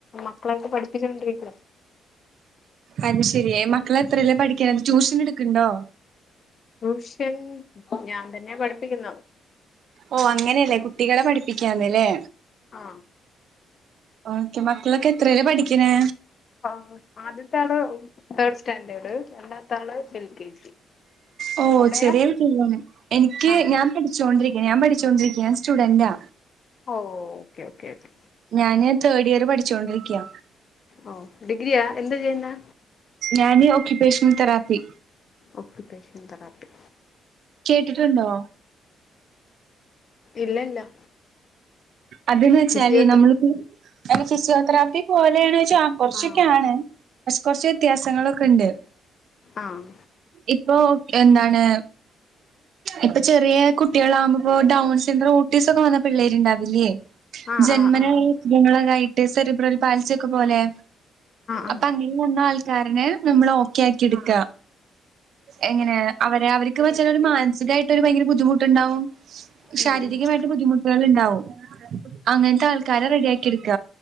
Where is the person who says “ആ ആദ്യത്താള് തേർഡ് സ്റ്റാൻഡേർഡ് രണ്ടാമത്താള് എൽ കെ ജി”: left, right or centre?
Left